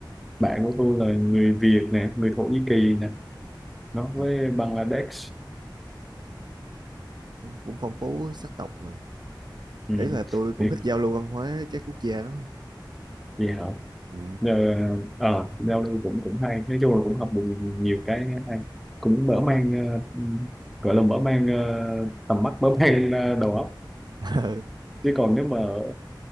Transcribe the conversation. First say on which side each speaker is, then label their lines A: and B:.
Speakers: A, in the centre; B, on the right.
A: bạn của tôi là người Việt nè người Thổ Nhĩ Kỳ nè
B: Ờ.
A: nó với Bangladesh
B: cũng phong phú sắc tộc mà
A: ừ.
B: đấy là tôi cũng
A: thì
B: thích giao lưu văn hóa các quốc gia lắm ấy.
A: gì hả
B: ừ.
A: giờ ờ giao lưu cũng cũng hay nói chung là cũng học được nhiều cái hay cũng mở mang ờ, ừ, gọi là mở mang ờ, tầm mắt mở mang ờ, đầu óc
B: <laughs>
A: chứ còn nếu mà ở